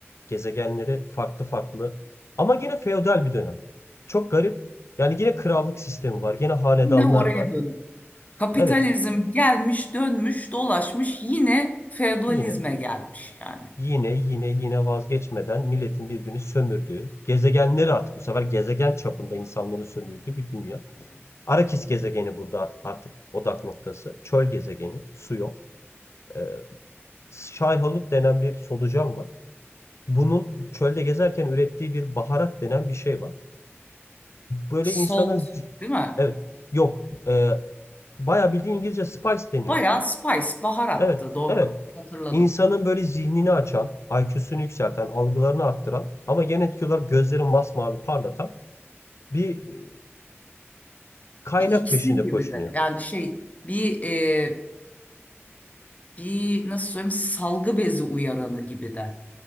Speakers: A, on the left; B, on the left.
A: gezegenleri farklı farklı ama yine feodal bir dönem. Çok garip. Yani yine krallık sistemi var. Yine hanedanlar
B: Yine oraya
A: var.
B: dönüyor. Kapitalizm
A: Evet
B: gelmiş, dönmüş, dolaşmış yine feodalizme
A: yine.
B: gelmiş yani.
A: Yine yine yine vazgeçmeden milletin birbirini sömürdüğü, gezegenleri artık bu sefer gezegen çapında insanların sömürdüğü bir dünya. Arakis gezegeni burada artık odak noktası. Çöl gezegeni, su yok. Ee, Şayhalut denen bir solucan var. Bunun çölde gezerken ürettiği bir baharat denen bir şey var. Böyle
B: Salt,
A: insanın...
B: değil mi?
A: Evet, yok. Ee, bayağı bildiğin İngilizce spice deniyor.
B: Bayağı spice, baharattı
A: Evet,
B: doğru.
A: evet.
B: Hatırladım.
A: İnsanın böyle zihnini açan, IQ'sunu yükselten, algılarını arttıran ama genetik etki olarak gözleri masmavi parlatan bir e, kaynak
B: Bir iksir
A: peşinde
B: gibi
A: koşunuyor.
B: de yani şey bir e, bir nasıl söyleyeyim salgı bezi uyaranı gibi de.